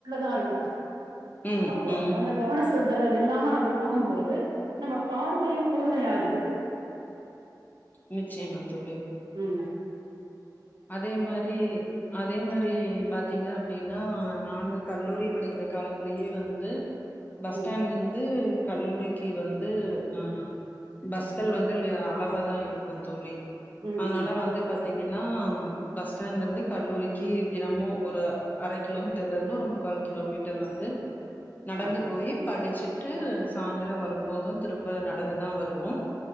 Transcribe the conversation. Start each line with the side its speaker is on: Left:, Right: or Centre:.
Right: தான் இருக்கும்
Left: ம்,
Right: அப்போ
Left: ம்.
Right: அந்த கவன சொ மு இல்லாம நம்ம போகும்போது நம்ம பார்வையும் கூர்மையாகுது
Left: நிச்சைமா தொல்
Right: உம்
Left: அதே மாதிரி அதே மாதிரி பாத்தீங்க அப்படின்னா நாங்க கல்லூரி படிக்கிற காலத்திலயே வந்து பஸ்
Right: ம்
Left: ஸ்டாண்ட்ல இருந்து கல்லூரிக்கு வந்து அஹ் பஸ்கள் வந்து அளவா தான் இருக்கு க்கும் தோழி
Right: ம்
Left: அதனால
Right: ம்
Left: வந்து பாதீ ன்னா பஸ் ஸ்டாண்ட்ல இருந்து கல்லூரிக்கு தினமும் ஒரு அரை கிலோமீ ல இருந்து ஒரு முக்கால் கிலோமீட்ட டர் வந்து நடந்து
Right: ஆ
Left: போய் படிச்சுட்டு சாய்ந்திரம் வரும்போதும் திரும்ப நடந்துதான் வருவோம்